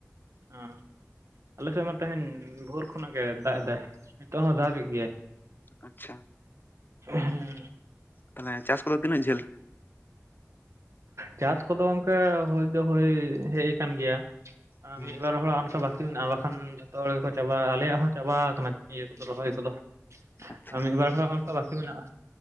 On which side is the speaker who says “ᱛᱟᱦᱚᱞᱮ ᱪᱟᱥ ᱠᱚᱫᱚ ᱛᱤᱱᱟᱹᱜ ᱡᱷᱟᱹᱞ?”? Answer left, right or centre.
Left